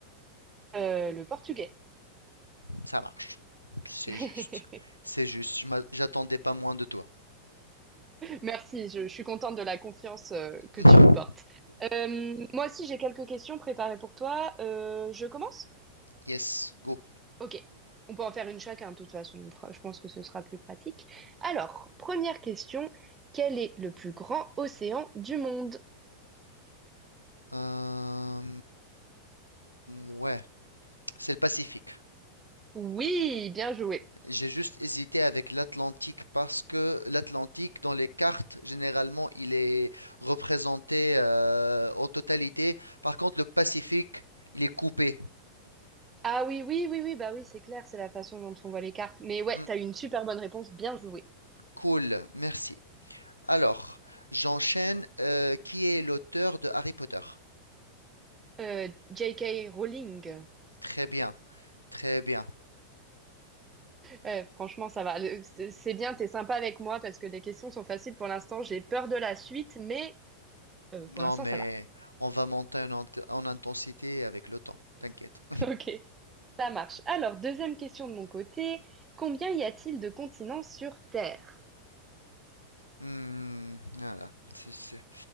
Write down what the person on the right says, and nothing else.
Euh, le portugais.
<laughs>
Merci, je, je suis contente de la confiance euh, que
tu me portes. Euh, moi aussi, j'ai quelques questions préparées pour toi. Euh, je commence?
Ok, on peut en faire une chacun, de toute façon. on fera- Je pense que ce sera plus pratique. Alors, première question, quel est le plus grand océan du monde?
Oui, bien joué.
Ah oui, oui, oui, oui, bah oui, c'est clair, c'est la façon dont on voit les cartes. Mais ouais,
t'as eu une super bonne réponse, bien joué.
Euh, J.K. Rowling.
Ouais, franchement, ça va. Le- C'est c'est bien, t'es sympa avec moi parce que les questions sont faciles pour l'instant. J'ai peur de la suite, mais euh, pour
l'instant,
ça va.
<laughs> Ok, ça marche. Alors, deuxième question de mon côté. Combien y a-t-il de continents sur Terre?